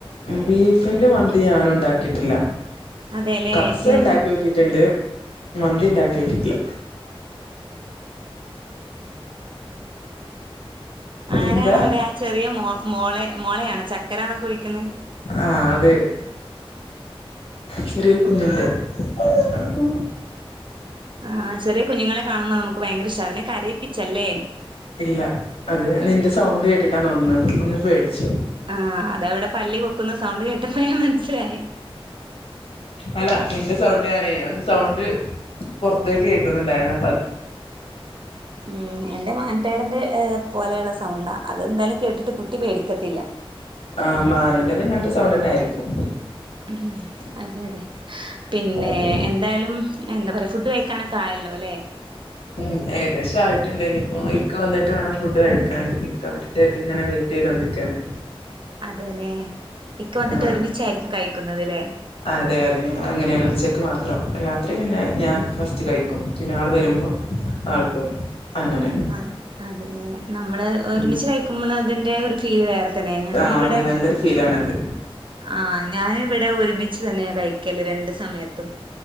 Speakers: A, on the left; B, on the right.
A: ബീഫിന്റെ മന്തി ഞാനു ഉണ്ടാക്കിട്ടില്ല.
B: അതെല്ലേ
A: കബ്സ
B: സെയിം
A: ഉണ്ടാക്ക്യോക്കീട്ടുണ്ട്. മന്തി ഉണ്ടാക്ക്യോക്കിട്ടില്ല.
B: ആരാണ്
A: എന്താ
B: അവിടെ ആ ചെറിയ മോളെ മോളയാണൊ ചക്കരന്നൊക്കെ വിളിക്കുന്നത്.
A: ആഹ് അത് ചെറിയൊരു കുഞ്ഞുണ്ട്. <inaudible> ഉം
B: ആഹ് ചെറിയ കുഞ്ഞുങ്ങളെ കാണുമ്പ നമുക്ക് ഭയങ്കര ഇഷ്ട അതിനെ കരയിപ്പിച്ചല്ലേ.
A: ഇല്ല അത് നിന്റെ സൗണ്ട് കേട്ടിട്ടാ തോന്ന്ന്ന് ഒന്നു പേടിച്ചു.
B: ആഹ് അതവിടെ പല്ലി കൊക്കുന്ന സൗണ്ട് കേട്ടപ്പെളെ മനസ്സിലായേ.
A: അല്ല നിന്റെ സൗണ്ട് ഞാനേ അത് സൗണ്ട് പൊറ്ത്തേക്ക് കേക്ക്ന്ന്ണ്ടായിന്നു.
B: ഉം എന്റെ മൻ ടേടന്റെ പോലെയുള്ള സൗണ്ടാ. അതെന്തായാലും കേട്ടിട്ട് കുട്ടി പേടിക്കത്തില്ല.
A: ആഹ് മാന് ന്റെത് ഇങ്ങൻത്തെ സൗണ്ടന്നെ ആയിരിക്കും.
B: ഉം അതെ അതെ പിന്നെ
A: അതെ
B: എന്തായാലും. എന്താ പറയ ഫുഡ് കഴിക്കാനൊക്കെ ആയല്ലോ അല്ലേ?
A: ഉം ഏകദേശം ആയിട്ട് ഉണ്ട് ഇനിയിപ്പോ ഇക്ക വന്നിട്ട് വേണം ഫുഡ് കഴിക്കാൻ ക്ക വരട്ട് ഇങ്ങനെ വെ ഈ രണ്ട് ക്യാന്
B: അതെല്ലെ ഇക്ക വന്നിട്ട്
A: ആ
B: ഒരുമിച്ചായിരിക്കും കഴിക്കുന്നത് അല്ലേ
A: അതെ അതെ ഞങ്ങള് അങ്ങനെയാണ് ഉച്ചക്ക് മാത്രം രാത്രി പിന്നെ ഞാൻ ഫസ്റ്റ് കഴിക്കും പിന്നെ ആൾ വരുമ്പോ ആൾകോ അങ്ങനെ
B: ആര് അതേ നമ്മള് ഒരുമിച്ച്
A: ഉം
B: കഴിക്കുമ്പോ അതിന്റെ ഒരു ഫീല് വേറെ തന്നെയ ഞാന്
A: ആഹ്
B: ഇവിടെ
A: അതെ നല്ലൊരു ഫീലാണത്
B: ആ ഞാന് ഇവിടെ ഒരുമിച്ച് തന്നെയാ കഴിക്കല് രണ്ടു സമയത്തും.